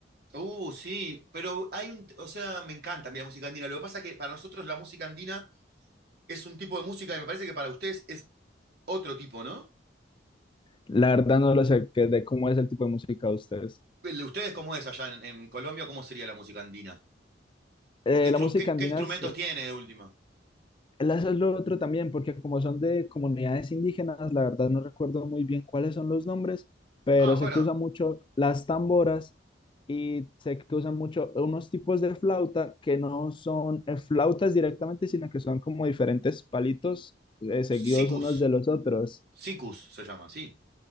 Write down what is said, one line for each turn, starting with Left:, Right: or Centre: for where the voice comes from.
Right: Uh, sí, pero hay un, o sea, me encanta a mí la música andina. Lo que pasa es que para nosotros la música andina es un tipo de música y me parece que para ustedes es otro tipo, ¿no?
Left: La verdad no lo sé, qué de cómo es el tipo de música de ustedes.
Right: El de ustedes, ¿cómo es allá en, en Colombia? ¿Cómo sería la música andina?
Left: Eh,
Right: ¿O qué, instru-
Left: la música
Right: qué-
Left: andina
Right: qué instrumentos
Left: es-
Right: tiene de última?
Left: Eso es lo otro también, porque como son de comunidades indígenas, la verdad no recuerdo muy bien cuáles son los nombres, pero
Right: Ah, bueno,
Left: sé que usan mucho las tamboras y sé que usan mucho unos tipos de flauta que no son eh, flautas directamente, sino que son como diferentes palitos eh, seguidos
Right: sicus,
Left: unos de los otros.
Right: sicus se llama, sí.